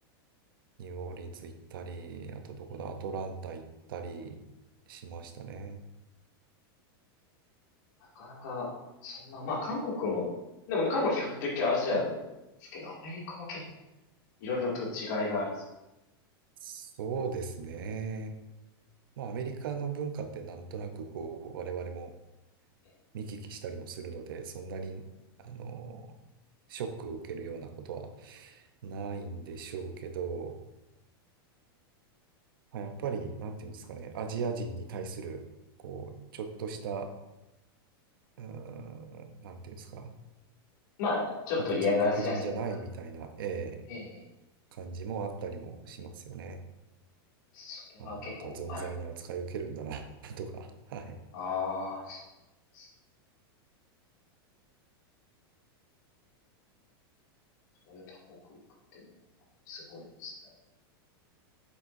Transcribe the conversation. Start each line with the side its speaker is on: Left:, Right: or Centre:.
Right: ニューオーリンズ行ったり、あとどこだ、
Left: ー、えー
Right: アトランタ行ったりしましたね。
Left: なかなか、そんな、まあ韓国も、でもね、韓国は比較的アジアだと思うんですけど、アメリカは結構いろいろと違いがありそう
Right: そうですね。まあ、アメリカの文化ってなんとなく、こう、我々も
Left: で。
Right: 見聞きしたりもするので、そんなに、あの、ショックを受けるようなことはないんでしょうけど、あやっぱり、なんていうんですかね、アジア人に対する、こう、ちょっとした、うーん、なんていうんですか、
Left: まあ、ちょっと嫌がらせじゃないですけど、
Right: 白人、黒人じゃないみたいな、
Left: 軽く。
Right: ええ、
Left: ええ、
Right: 感じもあったりもしますよね。
Left: それは結構ある。
Right: あ、なんか、存在な扱い受けるんだな <laughs> とか、はい。
Left: ああ、そうですね。そういう他国行くっていうのはなんかすごいですね。